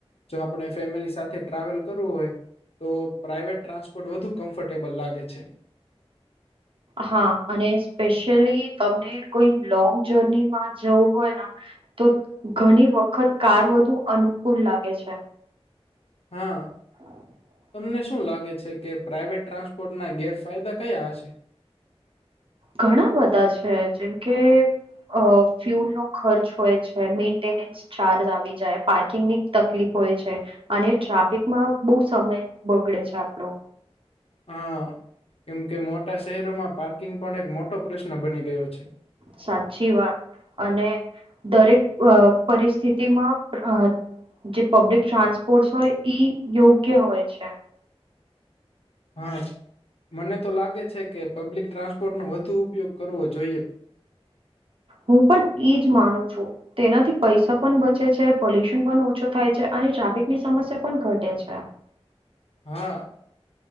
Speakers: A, on the left; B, on the right.
A: જો આપણે ફેમિલી સાથે ટ્રાવેલ કરવું હોય તો પ્રાઈવેટ ટ્રાન્સપોર્ટ વધુ કમ્ફર્ટેબલ લાગે છે.
B: હા. અને સ્પેશિયલી તમને કોઈ લોંગ જર્નીમાં જવું હોય ના તો ઘણી વખત કાર વધુ અનુકૂળ લાગે છે.
A: હા.
B: <inaudible>
A: તમને શું લાગે છે, કે પ્રાઈવેટ ટ્રાન્સપોર્ટ ના ગેરફાયદા કયાં હશે?
B: ઘણા બધા છે. જેમ કે અહ ફ્યુલનો ખર્ચ હોય છે, મેન્ટેનન્સ ચાર્જ આવી જાય, પાર્કિંગ ની તકલીફ હોય છે. અને ટ્રાફિકમાં બહુ સમય બગડે છે આપણો.
A: હા. કેમ કે મોટા શહેરોમાં પાર્કિંગ પણ એક મોટો પ્રશ્ન બની ગયો છે.
B: સાચી વાત. અને દરેક અહ પરિસ્થિતિમાં અહ જે પબ્લિક ટ્રાન્સપોર્ટસ હોય ઈ યોગ્ય હોય છે.
A: હા. મને તો લાગે છે, કે પબ્લિક ટ્રાન્સપોર્ટ નો વધુ ઉપયોગ કરવો જોઈએ.
B: હું પણ ઈજ માનું છું. તેનાથી પૈસા પણ બચે છે, પોલ્યુશન પણ ઓછો થાય છે, અને ટ્રાફિકની સમસ્યા પણ ઘટે છે.
A: હા.